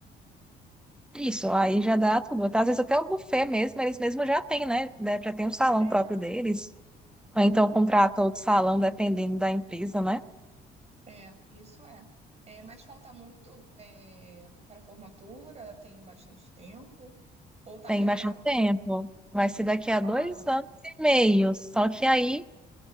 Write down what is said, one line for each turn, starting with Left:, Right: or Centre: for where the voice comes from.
Centre: Isso, aí já dá tudo. Às vezes até o buffet mesmo, eles mesmos já têm, né? Né, Já tem um salão
Right: É,
Centre: próprio deles. Ou então
Right: sim.
Centre: contrata outro salão, dependendo da empresa, né?
Right: É, isso é. É, mas falta muito é, para formatura, tem bastante tempo. Ou tá
Centre: Tem
Right: apertado?
Centre: bastante tempo. Vai ser daqui a dois
Right: Ah,
Centre: anos e meio. Só que aí